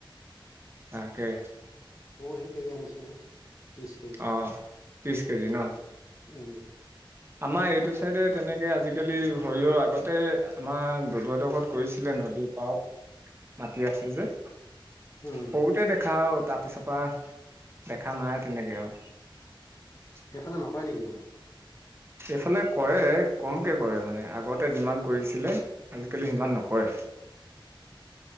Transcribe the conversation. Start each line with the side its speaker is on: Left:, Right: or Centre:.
Right: তাকে।
Left: পোৰহি পেৰি আনিছোঁহে। ত্ৰিছ কেজি
Right: অ', ত্ৰিছ কেজি ন?
Left: উম
Right: আমাৰ এইটো চাইডে তেনেকে আজিকালি সৰিয়হ আগতে আমাৰ দদৌহতৰ ঘৰত কৰিছিলে, নদীত পাৰত, মাতি আছে যে।
Left: উম
Right: সৰুতে দেখা আৰু তাৰপিছৰ পা দেখা নাই তেনেকে আৰু। <inaudible>
Left: সেইফালে নহয় নেকি ইমান?
Right: এইফালে কৰে, কমকে কৰে মানে। আগতে যিমান কৰিছিলে, আজিকালি সিমান নকৰে।
Left: <unintelligible>